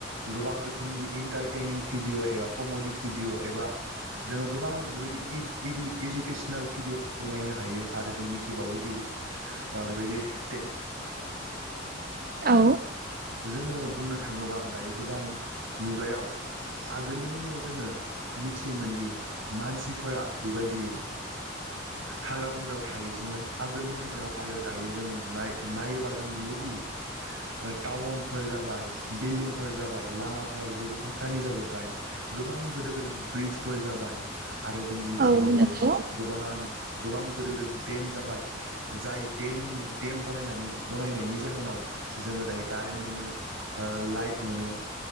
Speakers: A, on the right; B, on the right.
A: गोबां रोखोमनि इन्टारटेनिं भिडिय' एबा कमेडि भिडिय' एबा जोङो गोबां बेबायदि इडु इडुकेसनेल भिडिय' नायनो हायो आरो जों मिथिबावोदि बेबायदि टेक
B: औ
A: जोङो बुंनो थाङोबा दायो गोदान मुगायाव आगोलनि समायाव जोङो मिथियोमोनदि मानसिफोरा बेबायदि हाग्रा बंग्रायाव थायोसोमोन आगोलनि समायाव आरो दायो जों नायो नायोबा जों नुयोदि टाउनफोर जाबाय बिल्डिंफोर जाबाय लामाफोरा बेबायदि फाकानि जाजोब्बाय गोबां गेदिर गेदिर ब्रिजफोर जाबाय आरो जों मिथिबावो
B: औ नंगौ
A: गोबां गोबां गिदिर गिदिर देम जाबाय जाय देमनि देम बनानै बानायनायनि जाहोनाव जोङो दायो कारेन्ट मोनो लाइट मोनो